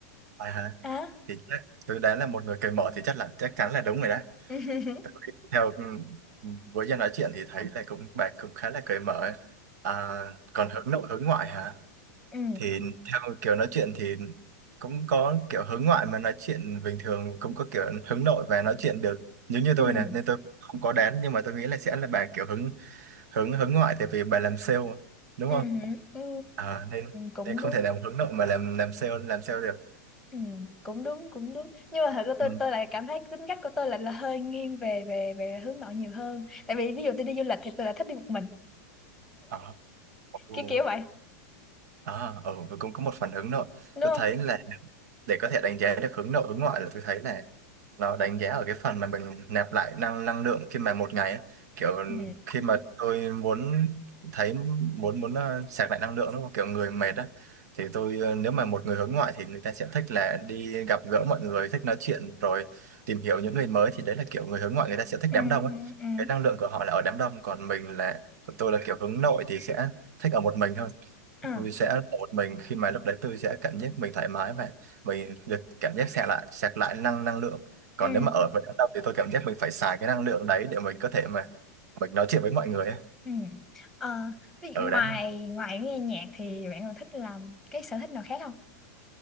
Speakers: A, on the right (about 70°); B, in the centre.
A: à, hả?
B: à
A: thì chắc tôi đoán là một người cởi mở thì chắc là chắc chắn là đúng rồi đó
B: <laughs> ừ
A: Tại vì theo với Giang nói chuyện thì thấy là cũng bạn cũng khá là cởi mở ấy. à, còn hướng nội hướng ngoại hả
B: ừ
A: thì theo kiểu nói chuyện thì cũng có kiểu hướng ngoại mà nói chuyện bình thường cũng có kiểu hướng nội và nói chuyện được giống như
B: ừ
A: tôi này nên tôi không có đoán nhưng mà tôi nghĩ là sẽ là bà kiểu hướng hướng hướng ngoại tại vì bà làm sale đúng
B: ừ
A: không
B: ừ ừ,
A: à, nên
B: cũng
A: nên không
B: đúng
A: thể làm hướng nội mà làm làm sale làm sale được
B: ừ, cũng đúng cũng đúng nhưng mà thật ra tôi
A: ừ.
B: tôi lại cảm thấy tính cách của tôi lại là hơi nghiêng về về về hướng nội nhiều hơn tại vì ví dụ tôi đi du lịch thì tôi lại thích đi một mình
A: Đó. Ồ.
B: kiểu kiểu vậy
A: À, ở ừ, tôi cũng có một phản ứng rồi.
B: đúng
A: Tôi
B: không
A: thấy là để có thể đánh giá được hướng nội hướng ngoại là tôi thấy là nó đánh giá ở cái phần mà mình nạp lại năng năng lượng khi mà một ngày á. kiểu
B: Ừ.
A: khi mà tôi muốn thấy muốn muốn ờ, sạc lại năng lượng đúng không kiểu người mệt á thì tôi ờ, nếu mà một người hướng ngoại thì người ta sẽ thích là đi gặp gỡ mọi người thích nói chuyện rồi tìm hiểu những người mới thì đấy là kiểu người hướng ngoại người ta sẽ thích
B: ừ
A: đám đông
B: ừ
A: á
B: ừ
A: cái năng lượng của họ là ở đám đông còn mình là còn tôi là kiểu hướng nội thì sẽ thích ở một mình hơn
B: ừ
A: tôi sẽ ở một mình khi mà lúc đấy tôi sẽ cảm giác mình thoải mái và mình được cảm giác sạc lại sạc lại năng năng lượng còn
B: ừ
A: nếu mà ở với đám đông thì tôi cảm giác mình phải xài cái năng lượng đấy để mình có thể mà mình nói chuyện với mọi người ấy.
B: ừ. Ờ, vậy
A: ở
B: ngoài
A: đấy
B: ngoài nghe nhạc thì bạn còn thích làm cái sở thích nào khác không